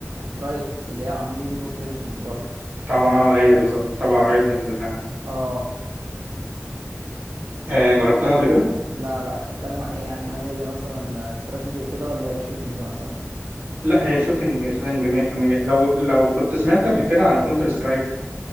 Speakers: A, on the right (about 60°); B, on the right (about 45°).
A: رايوت اللي هي عاملين ليج اوف ليجندز برضو
B: طبعا اه هي بالظبط طبعا رايت جيمز فعلا
A: اه
B: آه جربتها قبل كده
A: لا لا بتتكلم عن ايه يعني هل هي مثلا استراتيجي وكده ولا هي شوتينج مثلا
B: لا هي شوتنج شوتنج 100% لو لو كنت سمعت قبل كده عن كونتر سترايك